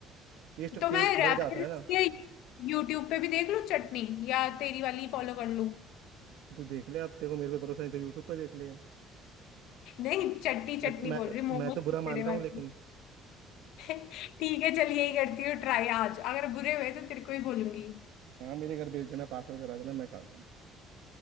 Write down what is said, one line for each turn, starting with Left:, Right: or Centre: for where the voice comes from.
Right: टेस्ट
Left: तो
Right: तेज
Left: मैं रेफरेंस
Right: बढ़ जाता है ना
Left: के यूट्यूब पे भी देख लूं चटनी या तेरी वाली फॉलो कर लूं
Right: तू देख ले अब तेरे को मेरे पे भरोसा नहीं तो यूट्यूब पे देख ले
Left: नहीं चटनी चटनी
Right: मैं मैं
Left: बोल रही हूँ, मोमोज
Right: मैं तो बुरा मान
Left: तेरे
Right: रहा
Left: वाले
Right: हूँ लेकिन
Left: ठीक है चल यही करती हूँ ट्राई आज अगर बुरे हुए तो तेरे को ही बोलूंगी
Right: हाँ मेरे घर भेज देना पार्सल करा देना मैं खा लूंगा